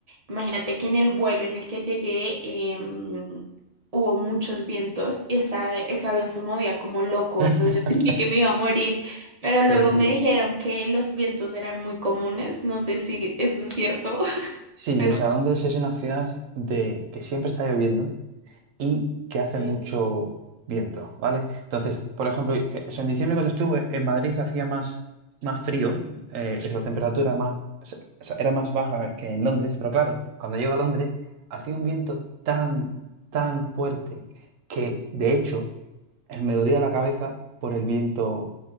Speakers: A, on the right (about 40°); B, on the right (about 80°).
A: Imagínate que en el vuelo en el que llegué em, hubo muchos vientos y esa, ese avión se movía como loco,
B: <laughs>
A: entonces yo <laughs> sentí que me iba a morir, pero luego
B: Pobrecilla.
A: me dijeron que los vientos eran muy comunes, no sé si eso es cierto, <laughs>
B: Sí,
A: pero...
B: o sea, Londres es una ciudad de que siempre está lloviendo. y que hace
A: eh,
B: mucho viento, ¿vale? Entonces, por ejemplo, eh, o sea, en diciembre cuando estuve en Madrid hacía más, más frío, eh, o la temperatura más, o sea, o sea, era más baja que en Londres, pero claro, cuando llego a Londres hacía un viento tan, tan fuerte que de hecho eh, me dolía la cabeza por el viento,